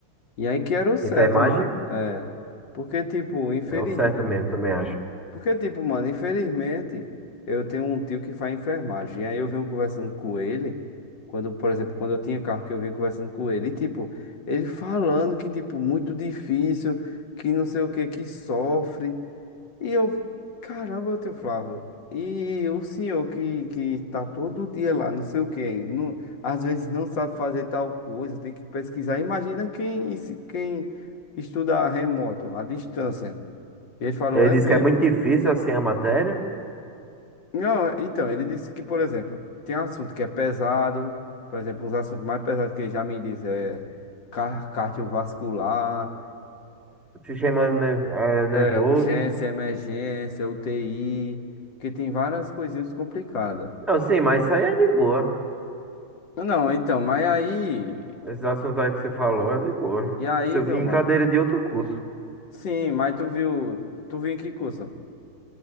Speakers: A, on the left (about 60°); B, in the centre.
A: E aí que era o certo,
B: Enfermagem?
A: mano. É. Porque, tipo, infelizmente.
B: É o certo mesmo, também acho.
A: Porque, tipo, mano, infelizmente, eu tenho um tio que faz enfermagem. E aí eu venho conversando com ele. Quando, por exemplo, quando eu tinha carro que eu vinha conversando com ele. E, tipo, ele falando que, tipo, muito difícil, que não sei o que, que sofre. E eu, caramba, tio Flávio, e o senhor que, que tá todo dia lá, não sei o quê, não, às vezes não sabe fazer tal coisa, tem que pesquisar. Imagina quem, esse- quem estuda remoto, à distância. E Ele falou,
B: Ele
A: é
B: disse
A: mesmo.
B: que é muito difícil assim a matéria.
A: Não, é- então, ele disse que, por exemplo, tem assunto que é pesado, por exemplo, uns assuntos mais pesados que ele já me disse é car- cardiovascular,
B: Te chamando ne- é, nervoso.
A: É, urgência, emergência, UTI, que tem várias coisinhas complicadas.
B: Não, sim, mas isso aí é de boa.
A: Não, então, mas aí,
B: Esse assunto aí que você falou é de boa.
A: e aí,
B: Isso eu
A: meu
B: vim em
A: mano?
B: cadeira de outro curso.
A: Sim, mas tu viu, tu viu em que curso?